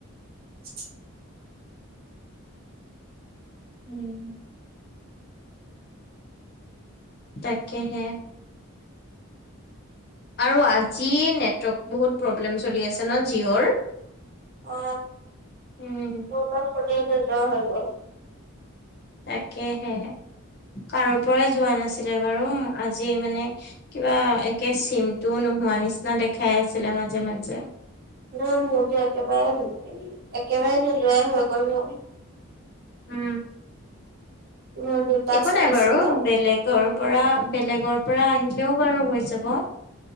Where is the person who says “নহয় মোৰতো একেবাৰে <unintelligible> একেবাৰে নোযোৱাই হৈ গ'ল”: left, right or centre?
Right